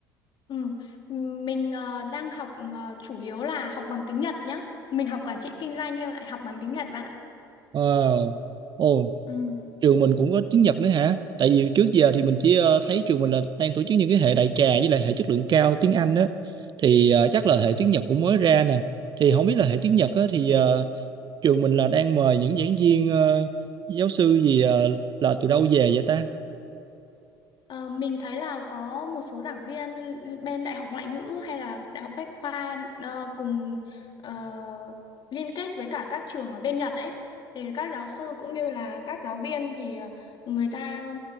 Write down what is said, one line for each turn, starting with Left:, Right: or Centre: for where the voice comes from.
Left: Ừ, ừ, mình ờ, đang học ờ, chủ yếu là học bằng tiếng Nhật nhá. Mình học quản trị kinh doanh nhưng lại học bằng tiếng Nhật bạn ạ.
Right: Wow. Ồ,
Left: Ừ.
Right: trường mình cũng có tiếng Nhật nữa hả? Tại vì trước giờ thì mình chỉ ờ, thấy trường mình là đang tổ chức những cái hệ đại trà với lại hệ chất lượng cao tiếng Anh đó. Thì ờ, chắc là hệ tiếng Nhật cũng mới ra nè. Thì không biết là hệ tiếng Nhật á, thì ờ, trường mình là đang mời những giảng viên ờ, giáo sư gì ờ, là từ đâu về vậy ta?
Left: Ờ, mình thấy là có một số giảng viên bên Đại học Ngoại ngữ hay là Đại học Bách khoa ờ, cùng ờ, liên kết với cả các trường ở bên Nhật ấy. Thì các giáo sư cũng như là các giáo viên thì ờ, người ta